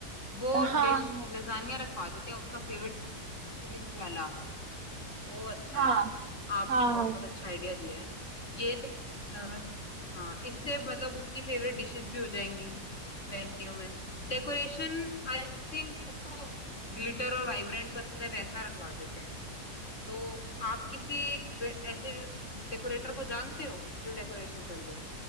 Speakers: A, on the left; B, on the right.
A: वो
B: अ, हाँ
A: डिश लजानिया रखवा देते हैं उसका फेवरेट स्पिनिच वाला वो अच्छा
B: हाँ
A: है आपने
B: हाँ
A: बहुत
B: हाँ
A: अच्छा आइडिया दिया है ये तो अ, हाँ इससे मतलब उसकी फेवरेट डिशेस भी हो जाएंगी वेन्यू में डेकोरेशन आई थिंक उसको ग्लिटर और वाइब्रेंट पसंद है वैसा रखवा देते हैं तो आप किसी वे- ऐसे डेकोरेटर को जानते हो जो डेकोरेशन कर दे